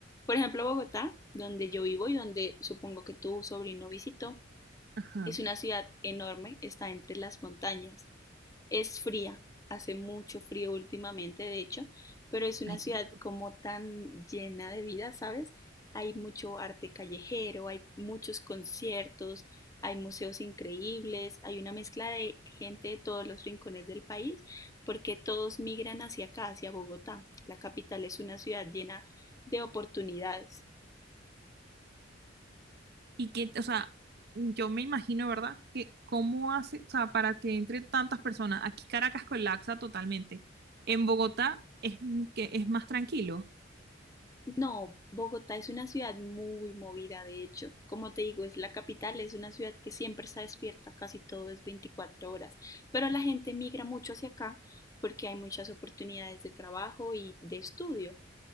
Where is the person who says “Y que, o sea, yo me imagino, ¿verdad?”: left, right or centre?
Right